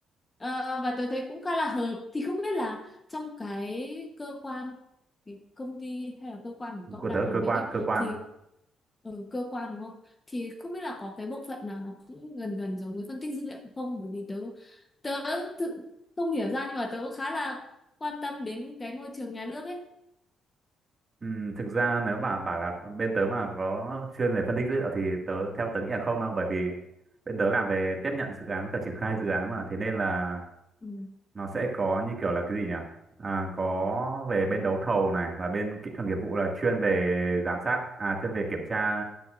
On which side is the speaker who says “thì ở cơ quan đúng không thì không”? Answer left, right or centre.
Left